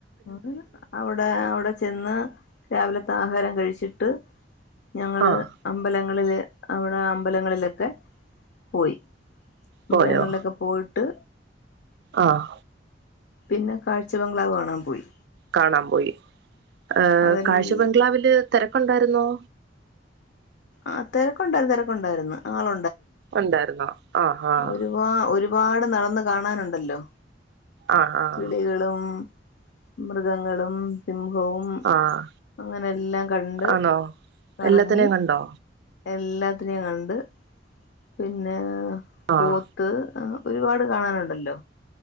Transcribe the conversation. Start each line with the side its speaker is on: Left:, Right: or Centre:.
Left: ഉ അവിടെ അവിടെ ചെന്ന് രാവിലത്തെ ആഹാരം കഴിച്ചിട്ട് ഞങ്ങള്
Right: ആഹ്
Left: അമ്പലങ്ങളില് അവിടെ അമ്പലങ്ങളിലൊക്കെ പോയി അമ്പലങ്ങളിലൊക്കെ
Right: പോയോ
Left: പോയിട്ട്
Right: ആഹ്
Left: പിന്നെ കാഴ്ചബംഗ്ലാവ് കാണാൻ പോയി
Right: കാണാപോയി. ഏ....
Left: അതല്ല
Right: കാഴ്ച ബംഗ്ലാവില് തിരക്കുണ്ടായിരുന്നോ
Left: ആ തിരക്കുണ്ടായിരന്ന് തിരക്കുണ്ടായിരുന് ആളു...
Right: ഉണ്ടായിരുന്നോ? ആഹ് ആഹ്
Left: ഒരുപാ... ഒരുപാട് നടന്ന് കാണാനുണ്ടല്ലോ.
Right: ആഹ് ആഹ്
Left: കിളികളും മൃഗങ്ങളും സിം വും
Right: ആഹ്
Left: അങ്ങനെല്ലാം കണ്ട്
Right: ആണോ
Left: കറങ്ങി...
Right: എല്ലാത്തിനെയും കണ്ടോ
Left: എല്ലാത്തിനേം കണ്ട് പിന്നെ....
Right: ആഹ്
Left: പോത്ത്, ഒരുപാട് കാണാനുണ്ടല്ലോ